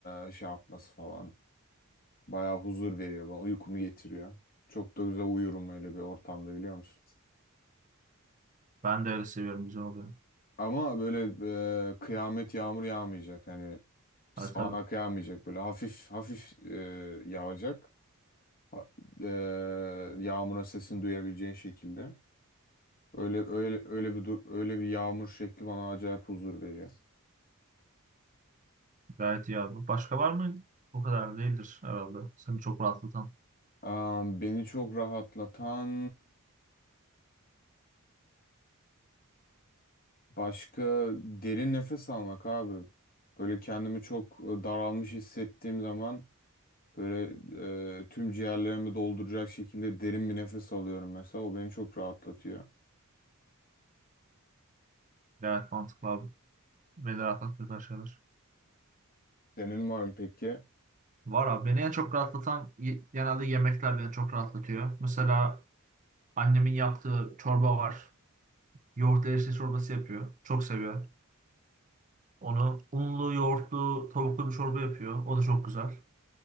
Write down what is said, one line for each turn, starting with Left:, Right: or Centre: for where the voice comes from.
Left: eee, şey yapması falan. Bayağı huzur veriyor bana. Uykumu getiriyor. Çok da güzel uyurum öyle bir ortamda biliyor musun?
Right: Ben de öyle seviyorum güzel oluyor.
Left: Ama böyle eee, kıyamet yağmur yağmayacak. Hani Sağanak
Right: Ha, tabii.
Left: yağmayacak böyle hafif hafif e, yağacak. Ha- E, yağmurun sesini duyabileceğin şekilde. Öyle öyle öyle bir dur öyle bir yağmur şekli bana acayip huzur veriyor.
Right: Gayet iyi abi. Başka var mı? O kadar değildir herhalde. Seni çok rahatlatan.
Left: Am, beni çok rahatlatan başka derin nefes almak abi. Böyle kendimi çok e, daralmış hissettiğim zaman böyle e, tüm ciğerlerimi dolduracak şekilde derin bir nefes alıyorum mesela. O beni çok rahatlatıyor.
Right: Gayet mantıklı abi. Beni rahatlatıyor şeyler.
Left: Senin var mı peki?
Right: Var abi. Beni en çok rahatlatan y- genelde yemekler beni çok rahatlatıyor. Mesela annemin yaptığı çorba var. Yoğurt erişte çorbası yapıyor. Çok seviyor. Onu unlu, yoğurtlu, tavuklu bir çorba yapıyor. O da çok güzel.